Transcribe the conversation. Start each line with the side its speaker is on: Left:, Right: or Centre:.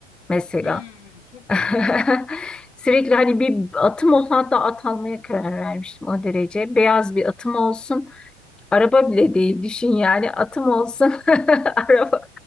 Centre: mesela.
Left: Hmm, çok
Centre: <laughs>
Left: güzel.
Centre: Sürekli hani bir atım olsun hatta at almaya karar vermiştim o derece. Beyaz bir atım olsun. Araba bile değil düşün yani atım olsun. <laughs> Araba